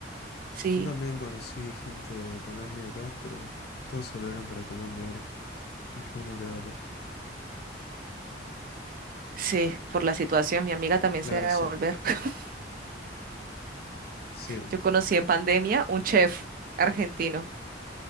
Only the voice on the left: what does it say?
Yo también conocí gente de Colombia acá, pero todos se volvieron para Colombia ahora. <laughs> Ninguno quedó acá.
Claro,
sí.
Sí,